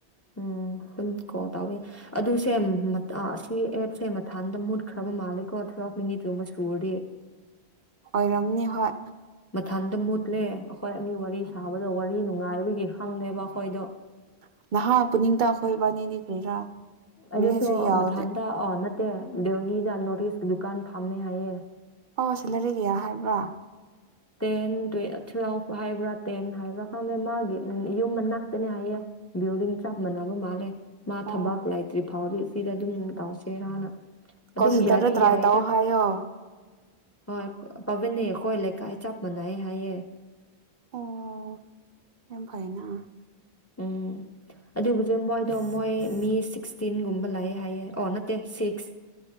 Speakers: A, on the left; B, on the right.
A: ꯎꯝ ꯑꯗꯨꯝ ꯀꯣꯜ ꯇꯥꯎꯋꯦ ꯑꯗꯨꯁꯦ ꯃꯇꯥ ꯁꯤ ꯑꯦꯞꯁꯦ ꯃꯊꯥꯟꯗ ꯃꯨꯠꯈ꯭ꯔꯕ ꯃꯥꯜꯂꯦꯀꯣ ꯇꯨꯋ꯭ꯦꯜꯐ ꯃꯤꯅꯤꯠꯀꯨꯝꯕ ꯁꯨꯔꯗꯤ
B: ꯑꯣꯏꯔꯝꯅꯤ ꯍꯣꯏ
A: ꯃꯊꯟꯇ ꯃꯨꯠꯂꯦ ꯑꯩꯈꯣꯏ ꯑꯅꯤ ꯋꯥꯔꯤ ꯁꯥꯕꯗ ꯋꯥꯔꯤ ꯅꯨꯡꯉꯥꯏꯕꯒꯤ ꯈꯪꯗꯦꯕ
B: <unintelligible>
A: ꯑꯩꯈꯣꯏꯗꯣ
B: ꯅꯣꯏꯕꯥꯟꯅꯤꯅꯤ ꯀꯔꯤꯔꯥ
A: ꯑꯗꯨꯁꯨ
B: ꯃꯤꯅꯤꯠꯁꯨ ꯌꯥꯎꯗꯦ
A: ꯃꯊꯥꯟꯇ ꯑ ꯅꯠꯇꯦ ꯗꯦꯎꯍꯤꯗ ꯅꯣꯔꯤꯁ ꯗꯨꯀꯥꯟ ꯐꯥꯝꯃꯦ ꯍꯥꯏꯌꯦ
B: ꯑꯣ ꯁꯤꯂꯔꯤ ꯀꯌꯥ ꯍꯥꯏꯕ꯭ꯔꯥ
A: ꯇꯦꯟ ꯇꯨꯋ꯭ꯦꯜꯐ ꯍꯥꯏꯕ꯭ꯔꯥ ꯇꯦꯟ ꯍꯥꯏꯕ꯭ꯔꯥ ꯈꯪꯗꯦ ꯃꯥꯒꯤ ꯌꯨꯝ ꯃꯅꯥꯛꯇꯅꯦ ꯍꯥꯏꯌꯦ ꯕꯤꯜꯗꯤꯡ ꯆꯞ ꯃꯥꯟꯅꯕ ꯃꯥꯜꯂꯦ ꯃꯥ
B: ꯑꯣ
A: ꯊꯕꯥꯛ ꯂꯩꯥꯏꯇ꯭ꯔꯤ ꯐꯥꯎꯗꯤ ꯁꯤꯗ ꯑꯗꯨꯝ ꯇꯧꯁꯦꯔꯥꯅ ꯑꯗꯨꯝ
B: ꯀꯣꯜ ꯁꯦꯟꯇꯔꯗ
A: ꯌꯥꯗꯤ
B: ꯇ꯭ꯔꯥꯏ
A: ꯌꯥꯏꯌꯦꯗ
B: ꯇꯧ ꯍꯥꯏꯌꯣ
A: ꯍꯣꯏ ꯄꯕꯅꯤ ꯀꯣꯏꯂꯩ ꯀꯥꯏ ꯆꯞ ꯃꯥꯟꯅꯩ ꯍꯥꯏꯌꯦ
B: ꯑꯣ ꯌꯥꯝ ꯐꯥꯏꯅ
A: ꯎꯝ ꯑꯗꯨꯕꯨꯗꯤ ꯃꯣꯏꯗꯣ ꯃꯣꯏ ꯃꯤ ꯁꯤꯛꯁꯇꯤꯟꯒꯨꯝꯕ ꯂꯥꯛꯑꯦ ꯍꯥꯏꯌꯦ ꯑꯣ ꯅꯠꯇꯦ ꯁꯤꯛꯁ